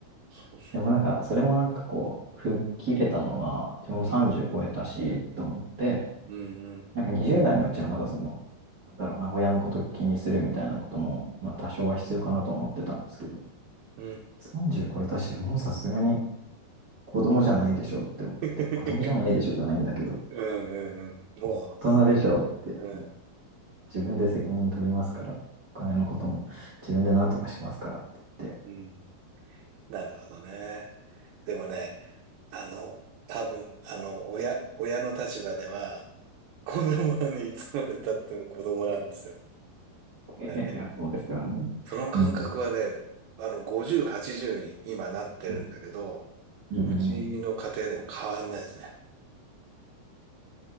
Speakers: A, on the right; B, on the right.
A: そうそ
B: でもなんか、それもなんかこう、吹っ切れたのは、自分も30超えたし、
A: う。うん、
B: と思って、
A: うん、うん、
B: なんか20代のうちはまだその、なんだろうな、親のこと気にするみたいなことも、まあ多少は必要かなと思ってたんですけど、
A: うん。
B: 30超えたし、もうさすがに子供じゃないでしょって思って、
A: <laughs>
B: 子供じゃないでしょじゃないんだけど、
A: うんうんうん。もういい加減にうん。
B: 大人でしょって自分で責任取りますから、お金のことも自分で何とかしますからって
A: うん。なるほどね。でもね、あの、多分、あの、親、親の立場では、子供はね、いつまで経っても子供なんですよ。
B: 言って、
A: だからね、
B: <laughs> いやそうですよね。
A: その感覚はね、
B: うん。
A: あの、50、80に今なってるんだけど、
B: うん。うんうん
A: うちの家庭でも変わんないですね。